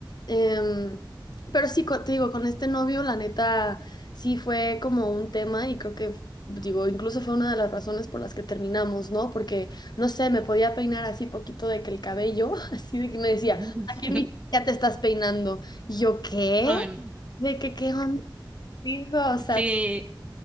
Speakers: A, on the left; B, on the right.
A: Em, pero sí, co- te digo, con este novio, la neta, sí fue como un tema y creo que digo, incluso fue una de las razones por las que terminamos, ¿no? Porque, no sé, me podía peinar así poquito de que el cabello, <laughs> así de que me decía,
B: Mm.
A: ¿a quién vi- ya te estás peinando? Y yo, ¿qué?
B: Ah, no.
A: ¿De qué qué onda? Dijo, o sea,
B: Sí,